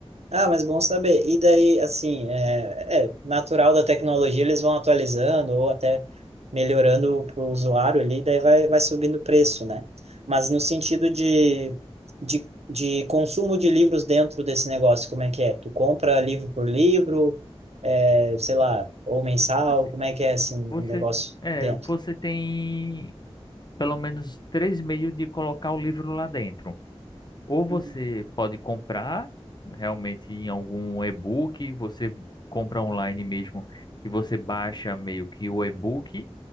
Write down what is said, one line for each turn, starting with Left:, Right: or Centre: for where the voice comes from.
Right: Ah, mas bom saber. E daí, assim, é, é natural da tecnologia, eles vão atualizando ou até melhorando para o usuário ali, daí vai, vai subindo o preço, né? Mas no sentido de, de, de consumo de livros dentro desse negócio, como é que é? Tu compra livro por livro, é, sei lá, ou mensal,
Left: Assim,
Right: como é que é, assim,
Left: você,
Right: o negócio
Left: é,
Right: dentro?
Left: você tem pelo menos três meios de colocar o livro lá dentro. Ou você
Right: Uhum.
Left: pode comprar realmente em algum e-book, você compra online mesmo e você baixa meio que o e-book